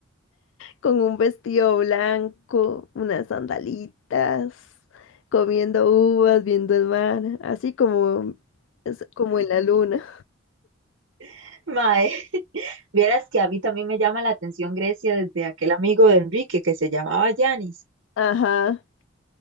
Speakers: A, on the left (about 75°); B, on the right (about 65°).
A: con un vestido blanco, unas sandalitas, comiendo uvas, viendo el mar, así como, es como en la luna.
B: <laughs> Mae. Vieras que a mí también me llama la atención Grecia desde aquel amigo de Enrique que se llamaba Yanis.
A: Ajá,